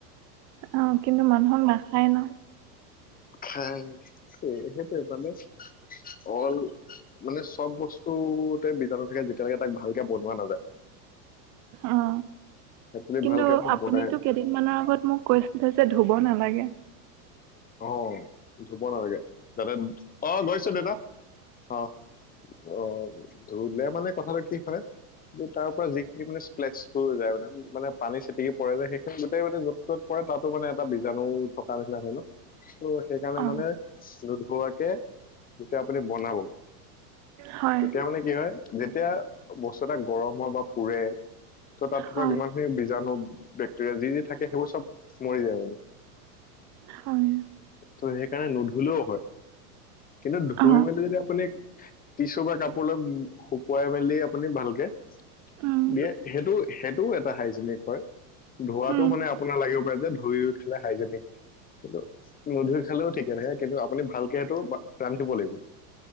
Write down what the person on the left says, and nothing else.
খায় সেইটোৱে মানে অল মানে চব বস্তুতে বীজাণু থাকে যেতিয়ালৈকে তাক ভালকে বনোৱা নাযায়
তাক যদি
ভালকে আপুনি
বনাই
অ ধুব নালাগে যাতে অ গৈছো দেউতা অ অ', ধুলে মানে কথাটো কি হয় যে তাৰ পৰা যিখিনি মানে স্পেল্টচ যায় মানে মানে পানী চিটিকি পৰে যায় সেইখিনি গোটেই মানে য'ত য'ত পৰে তাতো মানে এটা বীজাণু থকা নিচিনা হয় ন'। ত' সেইকাৰণে
মানে খোৱাকে যেতিয়া আপুনি বনাব
তেতিয়া মানে কি হয় যেতিয়া বস্তু এটা গৰম হয় বা পুৰে ত' তাত থকা
যিমান খিনি বীজাণু বেক্টেৰিয়া যি যি থাকে সেইবোৰ চব মৰি যায় মানে।
ত' সেইকাৰণে নুধুলেও হয়। কিন্তু ধুই
মেলি যদি আপুনি টিশু বা কাপোৰলৈ শুকুৱাই মেলি আপুনি ভালকে
দিয়ে সেইটো সেই টোও এটা হাইজেনিক হয়। ধোৱাটো
মানে আপোনাৰ লাগে যে ধুই উঠে হাইজেনিক কিন্তু নধুই খালেওঁ ঠিকে থাকে কিন্তু আপুনি ভালকে সেইটো ৰান্ধিব লাগিব।